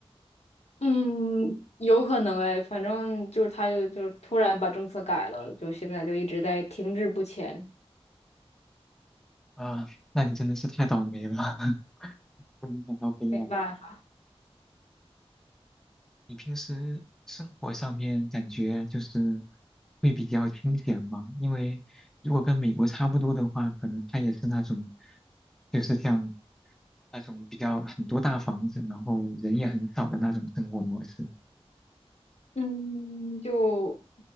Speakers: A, on the left; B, in the centre.
A: 嗯，有可能哎，反正就是他就就突然把政策改了，就现在就一直在停滞不前，
B: 啊，那你真的是太倒霉了，<laughs> 为你感到悲哀。
A: 没办法。
B: 你平时生活上面感觉就是会比较清闲吗？因为如果跟美国差不多的话，可能他也是那种，就是像那种比较很多大房子，然后人也很少的那种生活模式。
A: 嗯，就